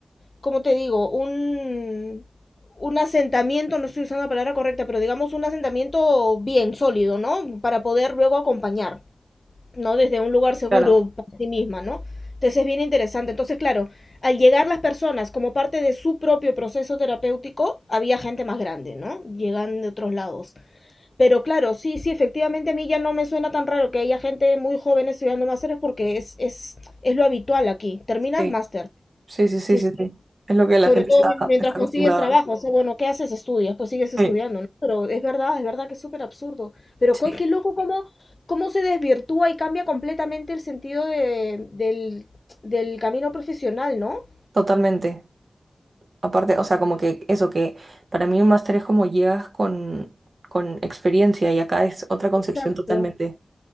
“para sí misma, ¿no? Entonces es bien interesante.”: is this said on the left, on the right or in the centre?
Left